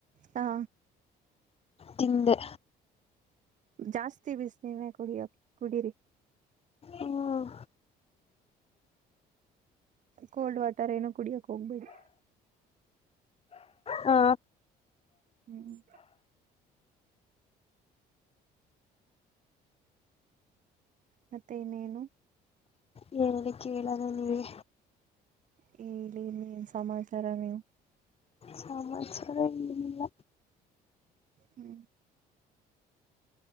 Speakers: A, on the right (about 50°); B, on the left (about 35°).
A: ಹಾ
B: ತಿಂದೆ
A: ಜಾಸ್ತಿ ಬಿಸ್ನೀರೇ ಕುಡಿಯ ಕುಡೀರಿ
B: ಹ್ಮ್
A: ಕೋಲ್ಡ್ ವಾಟರ್ ಏನು ಕುಡಿಯಕ್ ಹೋಗ್ಬೇಡಿ
B: ಹ
A: ಹ್ಮ್ ಮತ್ತೆ ಇನ್ನೇನು
B: ಹೇಳಿ ಕೇಳಣ ನೀವೇ
A: ಹೇಳಿ ಇನ್ನೇನ್ ಸಮಾಚಾರ ನೀವು
B: ಸಮಾಚಾರ ಏನಿಲ್ಲ
A: ಹ್ಮ್